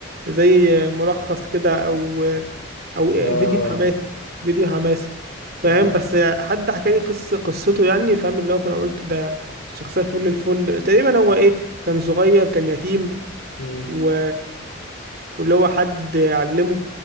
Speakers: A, on the right (about 50°); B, on the left (about 60°).
A: زي آه، ملخص كده او آه، او آه،
B: اه
A: فيديو حماسي فيديو حماسي فاهم
B: اه
A: بس آه، حد حكى لي قصة قصته يعني فاهم اللي هو فانا قلت ده شخصية فل الفل تقريبا هو ايه كان صغير كان يتيم
B: امم
A: و... واللي هو حد علمه